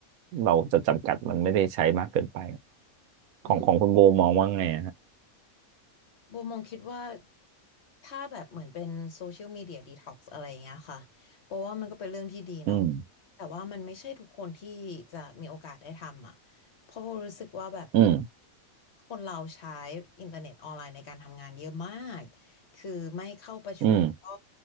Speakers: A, on the right; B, on the left.
A: เราจะจำกัดมันไม่ได้ใช้มากเกินไป
B: อืม
A: ของของคุณโบมองว่าไงอะฮะ
B: โบมองคิดว่าถ้าแบบเหมือนเป็นโซเชียลมีเดียดีท็อกซ์อะไรอย่างเงี้ยค่ะเพราะว่ามันก็เป็นเรื่องที่ดีเนาะ
A: อืม
B: แต่ว่ามันไม่ใช่ทุกคนที่จะมีโอกาสได้ทำอ่ะเพราะโบรู้สึกว่าแบบ
A: อืม
B: คนเราใช้อินเทอร์เน็ตออนไลน์ในการทำงานเยอะมากคือไม่เข้าประชุมก็
A: อืม